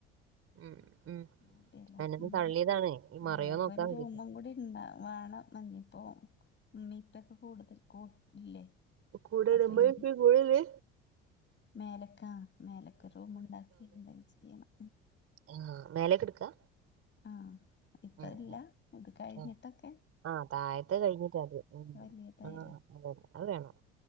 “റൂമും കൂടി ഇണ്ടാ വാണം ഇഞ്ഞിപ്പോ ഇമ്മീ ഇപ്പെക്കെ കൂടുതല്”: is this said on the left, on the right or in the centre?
Left